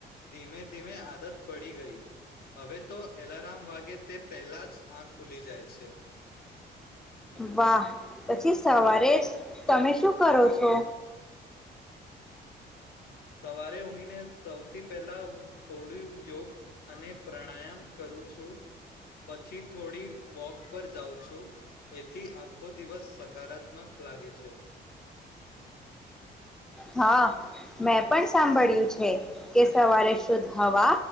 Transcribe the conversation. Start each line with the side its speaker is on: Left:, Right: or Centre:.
Left: ધીમે ધીમે આદત પડી ગઈ, હવે તો એલારમ વાગે તે પહેલા જ આંખ ખુલી જાય છે.
Centre: વાહ પછી સવારે જ તમે શું કરો છો?
Left: સવારે ઊંઘી ને થી પહેલા થોડું યોગ અને પ્રાણાયામ કરું છું, પછી થોડી વોક પર જાઉં છું, એથી આખો દિવસ સકારાત્મક લાગે છે.
Centre: હા મેં પણ સાંભળ્યું છે કે સવારે શુદ્ધ હવા